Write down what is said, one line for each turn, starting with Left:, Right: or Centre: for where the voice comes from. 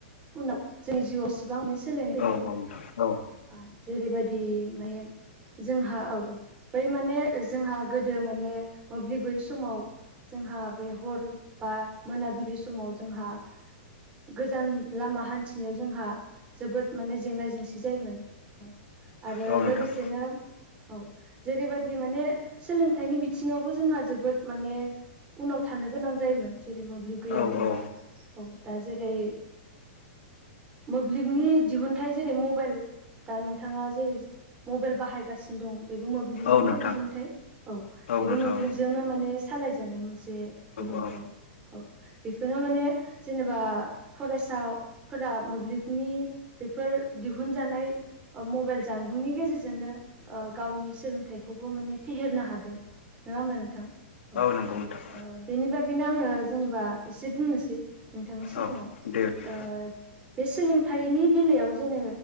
Right: उनाव जोंनि जिउआव इसेबां माने सोलायनाय फैदों
Left: औ औ
Right: आ जेरैबायदि माने जोंहा औ बै माने जोंहा गोदो माने मोब्लिब गयै समाव जोंहा बे हर बा मोनाबिलि समाव जोंहा गोजान लामा हान्थिनायाव जोंहा जोबोद माने जेंना जेंसि जायोमोन औ आरो
Left: औ नोंथां औ नोंथां
Right: लोगोसेनो औ जेरैबायदि माने सोलोंथाइनि बिथिङावबो जोंहा जोबोद माने उनाव थानो गोनां जायोमोन जेरै मोब्लिब गैयामोनब्ला
Left: औ औ
Right: औ दा जेरै मोब्लिबनि दिहुनथाइ जेरै मबाइल दा नोंथाङा जेरै मबाइल बाहायगासिनो दं। बेबो मोब्लिबनिनो
Left: औ नोंथां
Right: दिहुनथाइ औ बेबो
Left: नोंथां
Right: मोब्लिबजोंनो
Left: औ
Right: माने सालाय जानाय मोनस बे दिहुनथाइ
Left: औ
Right: औ बिखौनो माने जेनोबा फरायसाफोरा मोब्लिबनि बेफोर दिहुनजानाय ओ मबाइल जानबुंनि गेजेरजोंनो ओ गावनि सोलोंथाइ खौबो माने फेहेरनो हादों। नङा होमबा नोंथां औ
Left: नंगौ नोंथां
Right: ओ बेनि बाग खायनो आङो जेनेबा एसे बुंनोसै। नोंथांनि सिगाङाव
Left: औ
Right: ओ
Left: दे दे
Right: बे सोलोंथाइनि बेलायाव जेनो